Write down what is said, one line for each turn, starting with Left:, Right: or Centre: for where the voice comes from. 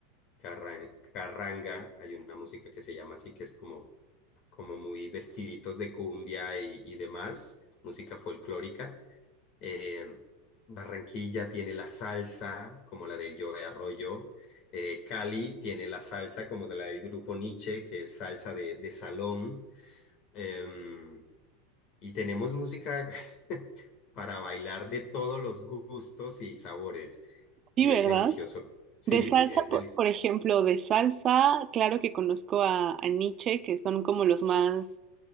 Left: Carran- Carranga, hay una música que se llama así, que es como, como muy vestiditos de cumbia y, y demás, música folclórica eh, Barranquilla tiene la salsa, como la del Joe Arroyo. Eh, Cali tiene la salsa, como de la del grupo Nietzsche, que es salsa de, de salón. Em, y tenemos música <laughs> para bailar de todos los gustos y sabores.
Right: Sí,
Left: Y
Right: ¿verdad?
Left: es delicioso. Sí,
Right: De salsa,
Left: sí, es delicioso.
Right: por, por ejemplo, de salsa, claro que conozco a, a Nietzsche, que son como los más